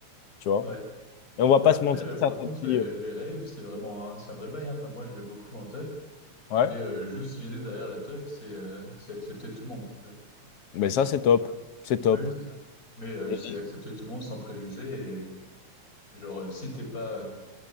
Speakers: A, on the left; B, on the left.
A: tu vois.
B: ouais.
A: Et on va
B: Bah
A: pas
B: après,
A: se mentir,
B: euh, par
A: certaines
B: contre,
A: filles.
B: les,
A: euh,
B: les raves, c'est vraiment un, c'est un vrai bail. hein. Enfin, moi, je vais beaucoup en teuf.
A: Ouais.
B: Et euh, juste l'idée derrière la teuf, c'est euh, c'est accepter tout le monde, tu vois.
A: Mais ça, c'est top. C'est top.
B: Oui, oui, c'est ça. Mais euh,
A: Et,
B: c'est
A: et-
B: accepter tout le monde sans préjugés. Et genre, euh, si t'es pas euh,